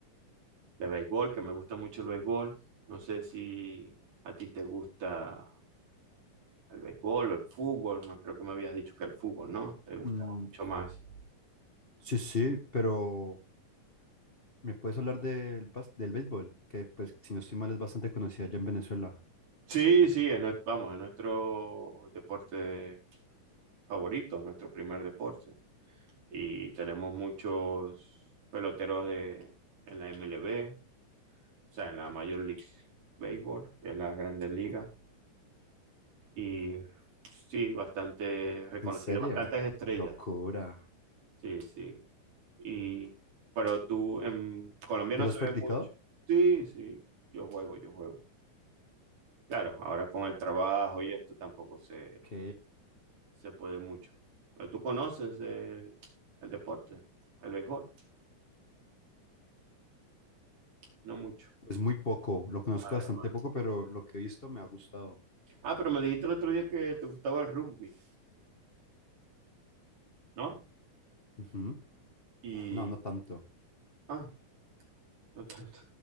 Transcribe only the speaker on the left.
Mm,
sí, sí, pero ¿me puedes hablar del, bas- del béisbol? Que, pues, si no estoy mal, es bastante conocida allá en Venezuela.
¿En serio?
Locura.
¿Tú
lo
has
practicado?
Ok.
Pues muy poco, lo conozco
bastante
poco, pero lo que he visto me ha gustado.
Ujú.
No, no tanto.